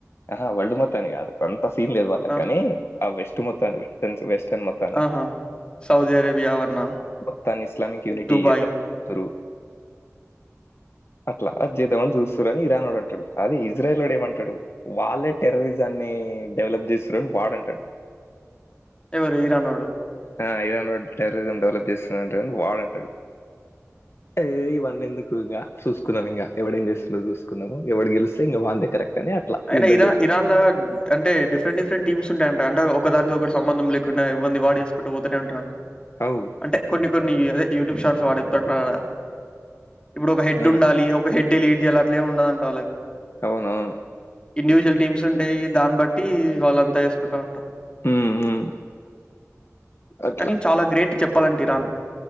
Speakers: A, on the left; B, on the left.
A: ఆహా వల్డ్ మొత్తాన్ని గాదు వన్ అంత సీన్ లేదు వాళ్ళకి
B: ఆ
A: గాని ఆ వెస్ట్ మొత్తాన్ని వెస్టన్ వెస్టర్న్ మొత్తాన్ని
B: ఆహా! సౌదీ అరేబియా అవర్నా,
A: మొత్తాన్ని ఇస్లామిక్ యూనిటి
B: దుబాయ్
A: యుద్ధం అవుతురు అట్ల అ చేద్దామని చూస్తుర్రని ఇరానోడు అంటాడు అదే ఇజ్రాయిలోడు ఏమంటాడు వాళ్ళే టెర్రరిజాన్ని డెవలప్ చేస్తుర్రు అని వాడంటడు
B: ఎవరు ఇరానోడు
A: ఆ ఇరానోడు టెర్రరిజం డెవలప్ చేస్తుంటని వాడంటాడు ఏ ఇవన్నీ ఎందుకు ఇంకా చూసుకున్నాం ఇంకా ఎవడ ఏం చేస్తున్నా చూసుకున్నాము ఎవడు గెలిస్తే ఇంకా వాడె కరెక్ట్ అని అట్లా
B: అయినా
A: యుద్ధం
B: ఇరాన్
A: చేస్తారు.
B: ఇరాన్ లో అంటే డిఫరెంట్ డిప్రెంట్ టీమ్స్ంటాయంట అంటే ఒక దానికి సంబంధం లేకుండా ఎవర్నీ వాడుేసుకుంటూ పోతనే ఉంటార
A: అవు.
B: అంటే కొన్ని కొన్ని ఈ అదే యూట్యూబ్ షాట్స్ వాడ చెప్పతాడు ఇప్పుడు ఒక హెడ్
A: ఆ!
B: ఉండాలి ఒక హెడ్ డలీట్ చేయాల అట్లే ఉండదంట వాళ్ళకి
A: అవునువును
B: ఇండివిజువల్ టీమ్స్ ఉంటాయి దాన్ని బట్టి వాళ్ళంతా చేేసుకుంటాం
A: హ్మ్. హ్మ్. అట్లా.
B: కానీ చాలా గ్రేట్ చెప్పాలంటిరాన్